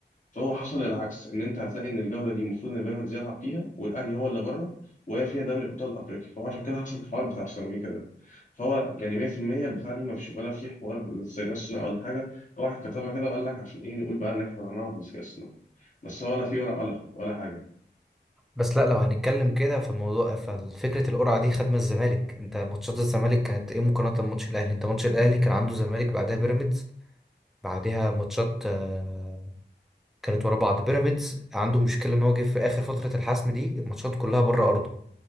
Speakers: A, on the left (about 45°); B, in the centre.
A: فهو حصل العكس ان انت هتلاقي ان الجوله دي المفروض ان بيراميدز يلعب فيها والاهلي هو اللي بره وهي فيها دوري ابطال افريقيا فهو عشان كده حصل الحوار بتاع السيراميكا ده فهو يعني 100% البتاع دي ما فيش ولا في حوار ذكاء اصطناعي ولا حاجه هو واحد كتبها كده وقال لك عشان ايه نقول بقى ان احنا طلعناها بالذكاء الاصطناعي بس هو لا في ورق ولا ولا حاجه
B: بس لا لو هنتكلم كده فالموضوع ففكرة القرعة دي خدمة الزمالك انت ماتشات الزمالك كانت ايه مقارنة بماتش الاهلي انت ماتش الاهلي كان عنده زمالك بعدها بيراميدز بعدها ماتشات آه، كانت ورا بعض بيراميدز عنده مشكلة ان هو جه في اخر فترة الحسم دي الماتشات كلها بره ارضه